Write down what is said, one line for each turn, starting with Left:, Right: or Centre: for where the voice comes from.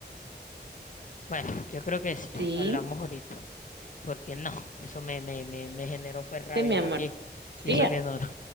Left: Bueno, yo creo que sí,
Right: sí,
Left: hablamos ahorita. Porque no, eso me, me, me, me generó fue rabia
Right: sí, mi amor.
Left: más bien.
Right: Sí,
Left: Y eso que no. no.